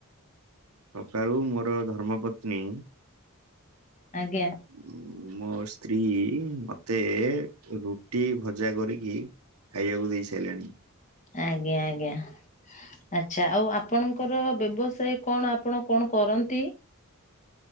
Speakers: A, on the right; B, on the left.
A: ସକାଳୁ ମୋର ଧର୍ମ ପତ୍ନୀ
B: ଆଜ୍ଞା।
A: ଉଁ, ମୋ ସ୍ତ୍ରୀ ମୋତେ ରୁଟି ଭଜା କରିକି ଖାଇବାକୁ ଦେଇ ସାଇଲାଣି।
B: ଆଜ୍ଞା, ଆଜ୍ଞା ଆଛ ଛା ଆଉ ଆପଣଙ୍କର ବ୍ୟବସାୟ କ ଣ? ଆପଣ କ ଣ କରନ୍ତି?